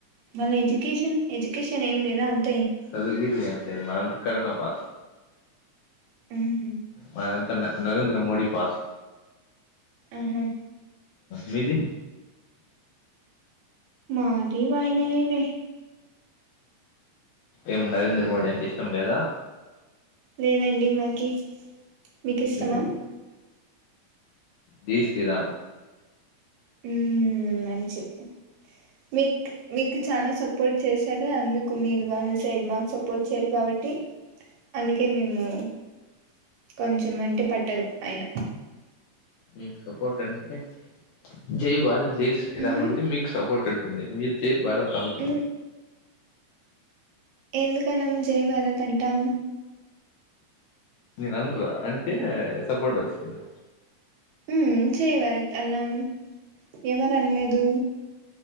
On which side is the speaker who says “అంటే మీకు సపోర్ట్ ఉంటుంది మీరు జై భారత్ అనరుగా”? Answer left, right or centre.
Left